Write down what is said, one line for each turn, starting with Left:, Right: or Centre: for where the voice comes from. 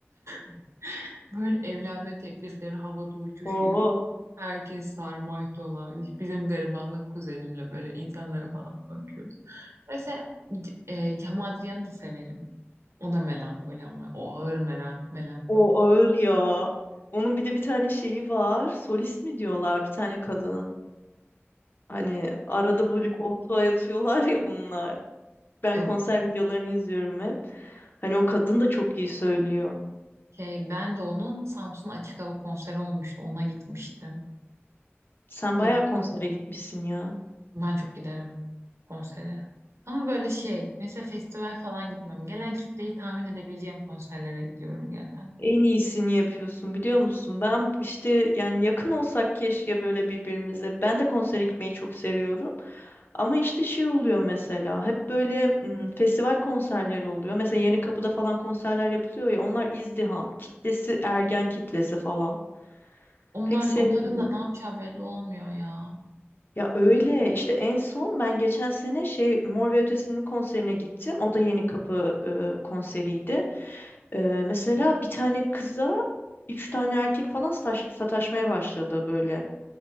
Right: <laughs> Böyle evlenme teklifleri havada uçuşuyor.
Left: Oo,
Right: Herkes sarmaş dolaş. Bizim garibanlık kuzenimle böyle insanlara falan bakıyoruz. Mesela C- e, Cem Adrian'ı da severim. O da melankoli ama o ağır melan melankoli.
Left: o ağır ya. Onun bir de bir tane şeyi var. Solist mi diyorlar bir tane kadın. Hani arada böyle koltuğa yatıyorlar ya bunlar. Ben
Right: <laughs>
Left: konser videolarını izliyorum hep. Hani o kadın da çok iyi söylüyor.
Right: Şey, ben de onun Samsun Açık Hava konseri olmuştu. Ona gitmiştim.
Left: Sen
Right: Şey,
Left: bayağı konsere gitmişsin ya.
Right: Ben çok giderim konsere. Ama böyle şey, mesela festival falan gitmem. Gelen kitleyi tahmin edebileceğim konserlere gidiyorum genelde.
Left: En iyisini yapıyorsun biliyor musun? Ben işte yani yakın olsak keşke böyle birbirimize. Ben de konsere gitmeyi çok seviyorum. Ama işte şey oluyor mesela. Hep böyle m, festival konserleri oluyor. Mesela Yenikapı'da falan konserler yapılıyor ya. Onlar izdiham. Kitlesi ergen kitlesi falan.
Right: Onlar,
Left: Pek sevmiyorum.
Right: onların da ne yapacağı belli olmuyor ya.
Left: Ya öyle işte en son ben geçen sene şey Mor ve Ötesi'nin konserine gittim. O da Yeni Kapı e, konseriydi. E, mesela bir tane kıza üç tane erkek falan sataş- sataşmaya başladı böyle.